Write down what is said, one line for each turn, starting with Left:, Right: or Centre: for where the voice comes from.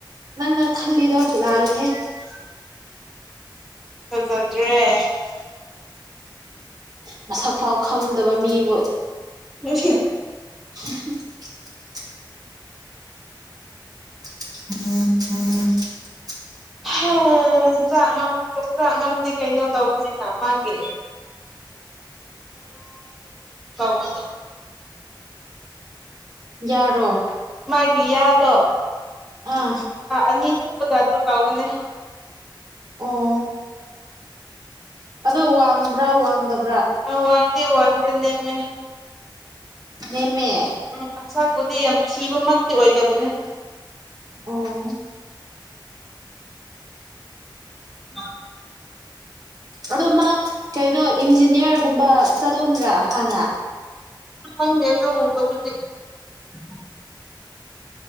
Right: ꯅꯪꯅ ꯈꯜꯂꯤꯗꯣ ꯂꯥꯂꯦꯍꯦ
Centre: <inaudible> ꯐꯖꯗꯔ꯭ꯦ
Right: ꯃꯁꯛ ꯐꯥꯎ ꯈꯪꯗꯕ ꯃꯤꯕꯨ
Centre: <unintelligible>
Right: <inaudible> <inaudible>
Centre: <inaudible> ꯌꯣꯡꯆꯥꯛ ꯌꯣꯡꯆꯥꯛ ꯉꯝꯗꯤ ꯀꯩꯅꯣ ꯇꯧꯕꯅꯤꯅ ꯃꯥꯒꯤ <unintelligible>
Right: ꯌꯥꯔꯣ
Centre: ꯃꯥꯒꯤ ꯌꯥꯗꯣ
Right: ꯑꯥ
Centre: ꯑꯅꯤ ꯐꯨꯛꯄꯩ ꯇꯥꯏꯄꯇ ꯇꯧꯕꯅꯦ
Right: ꯑꯣ ꯑꯗꯣ ꯋꯥꯡꯕ꯭ꯔꯥ ꯋꯥꯡꯗꯕ
Centre: ꯑ ꯋꯥꯡꯗꯦ ꯋꯥꯡꯗꯦ ꯅꯦꯝꯃꯦ
Right: ꯅꯦꯝꯃꯦ
Centre: ꯎꯝ ꯃꯁꯛꯄꯨꯗꯤ ꯌꯥꯝ ꯊꯤꯕꯃꯛꯇꯤ ꯑꯣꯏꯗꯕꯅꯦ
Right: ꯎꯝ
Centre: <inaudible>
Right: ꯑꯗꯣ ꯃꯥ ꯀꯩꯅꯣ ꯏꯟꯖꯤꯅꯤꯌꯔꯒꯨꯝꯕ ꯆꯠꯂꯝꯕ꯭ꯔꯥ ꯍꯥꯟꯅ
Centre: ꯈꯪꯗꯦꯗ <unintelligible>